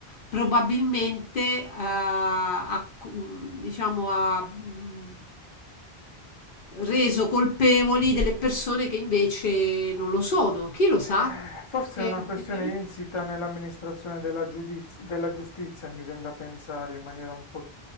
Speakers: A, on the left; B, on the left.
A: probabilmente eh, ha, mm, diciamo, ha mm, reso colpevoli delle persone che invece non lo sono. Chi lo sa?
B: Eh, Forse
A: Che
B: è una questione
A: effettivamente.
B: insita nell'amministrazione della, giudiz- della giustizia, mi viene da pensare in maniera un po',